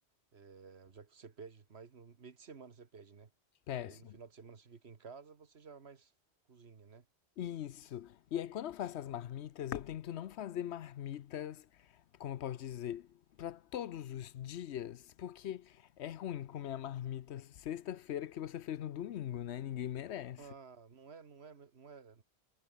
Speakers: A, on the right; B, on the left.
A: É, já que você pede, mais no meio de semana você pede, né?
B: Péssimo.
A: Daí no final de semana você fica em casa, você já é mais cozinha, né?
B: Isso. E aí quando eu faço as marmitas, eu tento não fazer marmitas, como eu posso dizer, para todos os dias, porque é ruim comer a marmita sexta-feira que você fez no domingo, né? Ninguém merece.
A: Ah, não é, não é, não é,